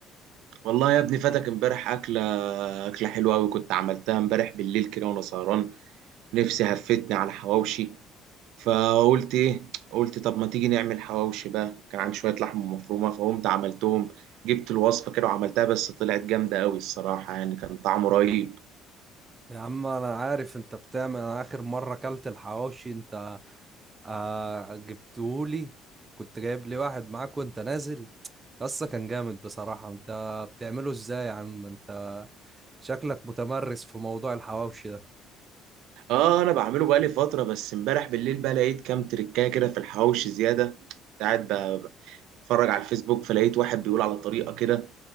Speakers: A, on the right; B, on the right.
A: والله يا ابني فاتك امبارح اكله اكله حلوه قوي كنت عملتها امبارح بالليل كده وانا سهران نفسي هفتني على حواوشي فقلت ايه قلت طب ما تيجي نعمل حواوشي بقى كان عندي شويه لحمه مفرومه فقمت عملتهم جبت الوصفه كده وعملتها بس طلعت جامده قوي الصراحه يعني كان طعمه رهيب
B: يا عم أنا عارف أنت بتعمل أنا آخر مرة أكلت الحواوشي أنت آه جبتولي كنت جايب لي واحد معاك وانت نازل قصة كان جامد بصراحة انت بتعمله ازاي يا عم انت شكلك متمرس في موضوع الحواوشي ده
A: اه انا بعمله بقالي فتره بس امبارح بالليل بقى لقيت كام تريكايه كده في الحواوشي زياده كنت قاعد ب- بتفرج على الفيسبوك فلقيت واحد بيقول على طريقه كده